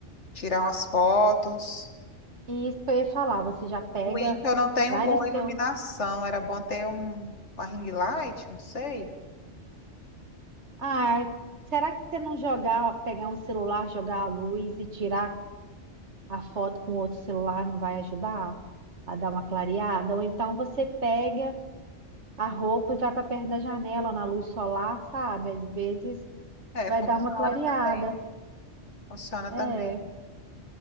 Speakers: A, on the left; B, on the right.
A: tirar umas fotos.
B: E isso que eu ia falar, você já pega,
A: ruim que eu não tenho
B: vai
A: boa
B: no
A: iluminação.
B: seu.
A: Era bom ter um, uma ring light, não sei.
B: Ah, será que você não jogar, pegar um celular, jogar a luz e tirar a foto com outro celular não vai ajudar a dar uma clareada? Ou então você pega a roupa e vai para perto da janela na luz solar, sabe? Às vezes
A: É,
B: vai
A: funciona
B: dar uma clareada.
A: também, né? Funciona
B: É.
A: também.